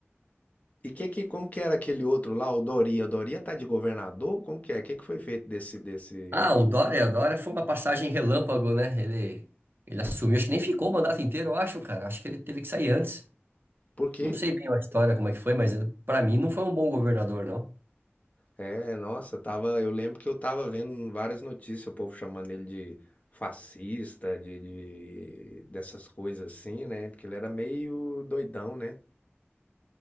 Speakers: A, on the left; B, on the right.
A: e que que como que era aquele outro lá, o Doria? O Doria tá de governador? Como que é? O que que foi feito desse desse?
B: Ah, o Dória, o Dória foi uma passagem relâmpago, né? Ele, ele assumiu, acho que nem ficou o mandato inteiro, eu acho, cara. Acho que ele teve que sair antes.
A: Por quê?
B: Não sei bem a história, como é que foi, mas eh, pra mim não foi um bom governador, não.
A: É, nossa, tava, eu lembro que eu tava vendo várias notícias, o povo chamando ele de fascista, de, de- dessas coisas assim, né? Porque ele era meio doidão, né?